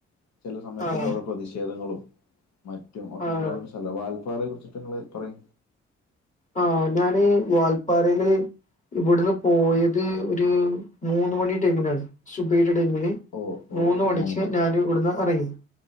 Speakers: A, on the left; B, on the left.
A: ചെല സമയത്തൊക്കെ
B: ആഹ്
A: അവിടെ പ്രതിഷേധങ്ങളും മറ്റ് റ്റും ഒക്കെ
B: ആഹ്
A: ഇണ്ടാവുന്നൊരു സ്ഥലവാ വൽപ്പാറെ കുറിച്ചട്ട്ങ്ങള് പറയ്
B: ആഹ് ഞാന് വാൽപ്പാറേല് ഇവട്ട്ന്ന് പോയത് ഒരു മൂന്ന് മണി ടൈമിലാണ് സുബ്ഹിന്റെ ടൈമില്
A: ഓ ഓ
B: മൂന്ന് മണിയ്ക്ക്
A: മണി
B: ഞാൻ ൽ വ്ട്ന്നാ പറയ്